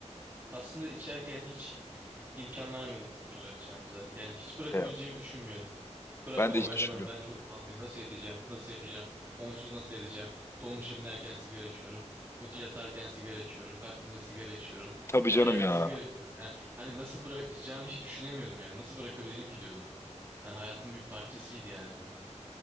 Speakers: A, on the right; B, on the left.
A: Aslında içerken hiç İmkan vermiyorduk bırakacağımıza. Yani hiç bırakabileceğimi
B: Ya,
A: düşünmüyordum. Bırakamam
B: ben de hiç
A: edemem
B: düşünmüyorum.
A: ben çok bağımlıyım. Nasıl edeceğim? Nasıl yapacağım? Onsuz nasıl edeceğim? Dolmuşa binerken sigara içiyorum. Ot- Yatarken sigara içiyorum. Kalktığımda sigara içiyorum.
B: Tabii
A: Her
B: canım
A: yerde
B: ya.
A: sigara içiyorum. Yani hani nasıl bırakacağını hiç düşünemiyordum yani. Nasıl bırakabilirim ki diyordum. Hani hayatın bir parçasıydı yani benim. o.